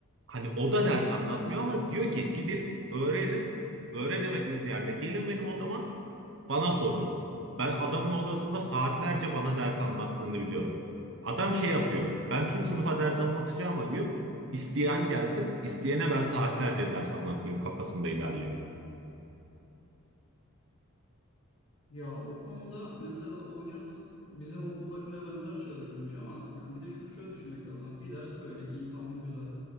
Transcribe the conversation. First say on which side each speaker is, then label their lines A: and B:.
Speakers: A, on the right; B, on the left.
A: hani o da ders anlatmıyor ama diyor ki gidin öğrenin. Öğrenemediğiniz yerde gelin benim odama bana sorun. Ben adamın odasında saatlerce bana ders anlattığını biliyorum. Adam şey yapıyor. Ben tüm sınıfa ders anlatacağım ama diyor. isteyen gelsin, isteyene ben saatlerce ders anlatayım kafasında ilerliyor.
B: Ya o konuda mesela o hocanız bizim okuldakine benzer çalışıyormuş ama yani bir de şunu şöyle düşünmek lazım. Bir ders böyle iyi tamam güzel.